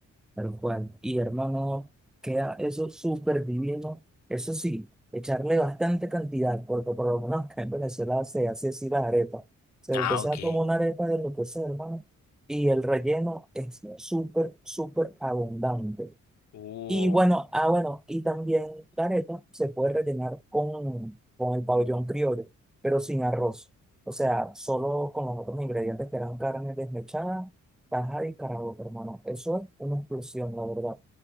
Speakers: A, in the centre; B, on the left.
A: Tal cual. Y hermano, queda eso súper divino. Eso sí, echarle bastante cantidad, porque por lo menos acá en Venezuela se hace así las arepas. Se
B: Ah,
A: empieza
B: ok.
A: como una arepa de lo que sea, hermano. Y el relleno es súper, súper abundante.
B: Uh.
A: Y bueno, ah, bueno, y también la arepa se puede rellenar con, con el pabellón criollo, pero sin arroz. O sea, solo con los otros ingredientes que eran carne desmechada, tajada y caraota, hermano. Eso es una explosión, la verdad.